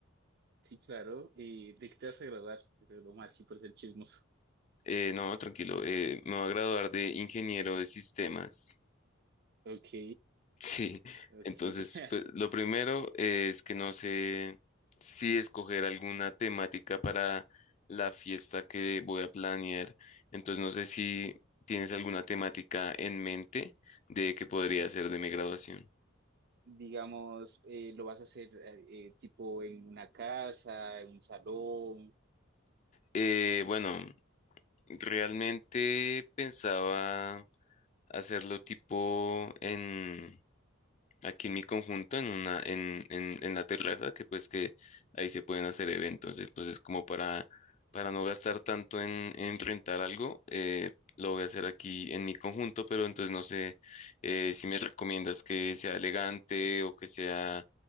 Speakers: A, on the right; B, on the left.
A: Sí, claro. eh, ¿de qué te vas a graduar? Pero lo más sí por ser chismoso.
B: Eh, no, tranquilo, eh, me voy a graduar de ingeniero de sistemas.
A: Ok,
B: Sí,
A: ok.
B: entonces,
A: <laughs>
B: pues, lo primero es que no sé si escoger alguna temática para la fiesta que voy a planear. Entonces, no sé si tienes alguna temática en mente de que podría ser de mi graduación.
A: Digamos, eh, lo vas a hacer eh, eh, tipo en una casa, en un salón.
B: Eh, bueno, realmente pensaba hacerlo tipo en aquí en mi conjunto, en una, en, en, en la terraza, que pues que ahí se pueden hacer eventos. Entonces, como para, para no gastar tanto en, en rentar algo, eh, lo voy a hacer aquí en mi conjunto, pero entonces no sé eh, si me recomiendas que sea elegante o que sea